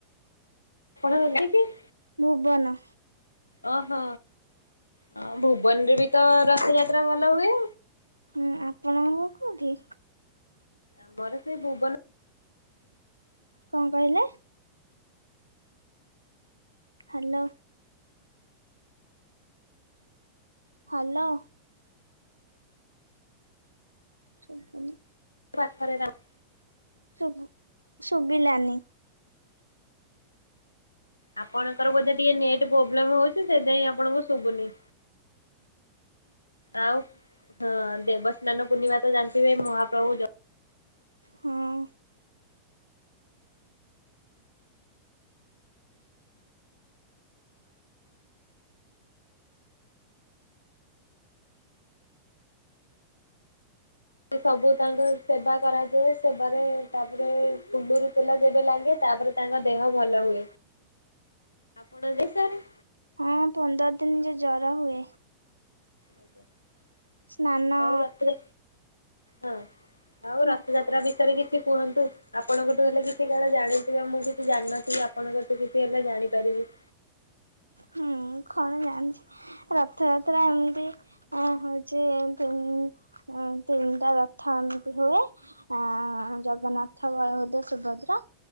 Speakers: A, on the left; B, on the right.
A: କଣ <unintelligible>
B: ଭୁବନ।
A: ଓହୋ ଅ ଭୁବନରେ ବି ତ ରଥଯାତ୍ରା ଭଲ ହୁଏ।
B: ହୁଁ, ଆପଣଙ୍କ କୋଉଠି?
A: ଆମର ସେ ଭୁବନ
B: କଁ କହିଲେ? ହ୍ୟାଲୋ। ହାଲୋ। ସୁବୁନି।
A: ପାଖରେ ଯାଉ
B: ଶୁଭୁ ଶୁବିଲାନି।
A: ଆପଣଙ୍କର ବୋଧେ ଟିକେ ନେଟେ ପ୍ରୋବ୍ଲେମ୍ ହଉଛି ସେଇଥିପାଇଁ ଆପଣଙ୍କୁ ଶୁବୁନି। ଆଉ ହଁ ଦେବସ୍ନାନ ପୂର୍ଣ୍ଣିମା ତ ଜାଣିଥିବେ ମହାପ୍ରଭୁ ଜ
B: ହଁ।
A: ଉ ସବୁ ତାଙ୍କୁ ସେବା କରାଯାଏ ସେବାରେ ତାପରେ କୁମୁରି ତେଲ ଯେବେ ଲାଗେ ତାପରେ ତାଙ୍କ ଦେହ ଭଲ ହୁଏ ଆପଣ ଯେ ସାରେ
B: ହଁ ପନ୍ଦର ଦିନ ଯେ ଜର ହୁଏ।
A: ଆଜ୍ଞା
B: ସ୍ନାନ
A: ଆଉ ରଥଯା ହଁ। ଆଉ
B: ହୁଁ
A: ରଥଯାତ୍ରା ବିଷୟରେ କିଛି କୁହନ୍ତୁ। ଆପଣଙ୍କଠୁ ହେଲେ କିଛି କାଳେ ଜାଣିଥିବେ ମୁଁ କିଛି ଜାଣିନଥିବି ଆପଣଙ୍କଠୁ କିଛି ହେଲେ ଜାଣିପାରିବି।
B: ହୁଁ ମୁଁ ଖଣ ଜାଣିଛି। ରଥଯାତ୍ରା ଏମିତି ଆଁ ହଉଛି କେଉଁ ଉଁ ତିନିଟା ରଥ ଏମିତି ହୁଏ। ଆଁ ଜଗନ୍ନାଥ ବଳଭଦ୍ର ସୁଭଦ୍ରା।